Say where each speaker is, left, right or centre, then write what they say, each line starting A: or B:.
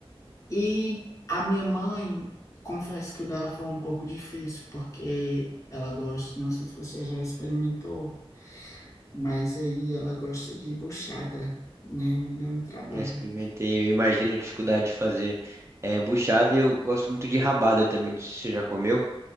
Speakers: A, on the left; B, on the right.
A: E a minha mãe, confesso que o dela foi um pouco difícil, porque ela gosta, não sei se você já experimentou, mas aí ela gosta de buchada, né? Me deu um trabalho.
B: Já experimentei, eu imagino a dificuldade de fazer. É, buchada, eu gosto muito de rabada também, não sei se você já comeu,